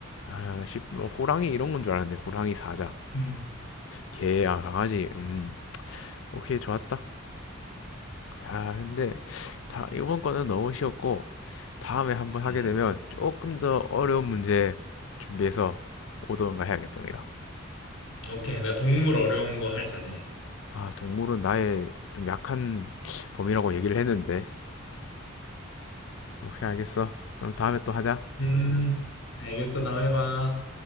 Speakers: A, on the left; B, on the left.
A: 아쉽뭐 호랑이 이런 건 줄 알았는데 호랑이 사자
B: <laughs> 음,
A: 개 아 강아지 음 오케이 좋았다. 아 근데 다 이번 거는 너무 쉬웠고 다음에 한번 하게
B: 음.
A: 되면 조금 더 어려운 문제 준비해서 오던가 해야겠다 내가.
B: 오케이. 나 동물 어려운 거 할 자신 있어.
A: 아 동물은 나의 좀 약한 범위라고 얘기를 했는데 오케이 알겠어. 그럼 다음에 또 하자.
B: 음, 알겠어. 다음에 봐.